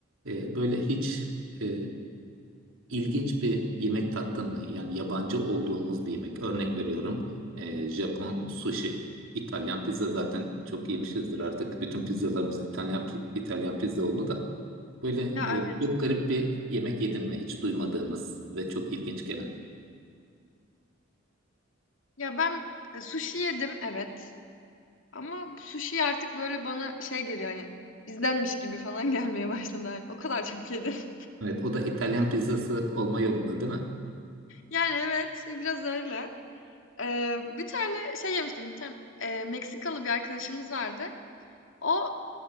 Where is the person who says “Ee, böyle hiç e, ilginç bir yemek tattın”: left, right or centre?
Right